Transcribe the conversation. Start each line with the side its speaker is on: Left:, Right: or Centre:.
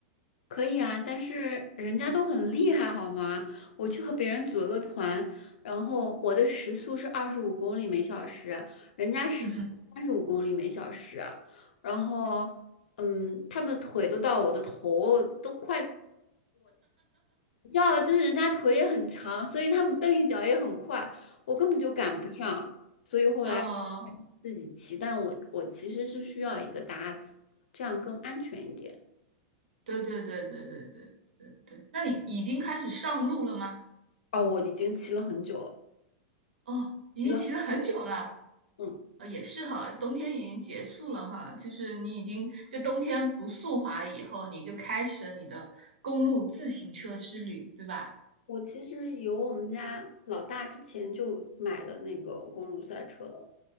Left: 可以啊，但是人家都很厉害，好吗？我去和别人组了个团，然后我的时速是二十五公里每小时，人家时速三十五公里每小时，
Right: 嗯哼，
Left: 然后，嗯，他们腿都到我的头，都快，你知道，就是人家腿也很长，所以他们蹬一脚也很快，我根本就赶不上，所以后来
Right: 哦。
Left: 自己骑，但我我其实是需要一个搭子，这样更安全一点。
Right: 对对对对对对对对，那你已经开始上路了吗？
Left: 哦，我已经骑了很久了，
Right: 哦，已经骑了很久了，
Left: 骑了。嗯。
Right: 哦，也是哈，冬天已经结束了哈，就是你已经就冬天不速滑了以后，你就开始了你的公路自行车之旅，对吧？
Left: 我其实有我们家老大之前就买了那个公路赛车了，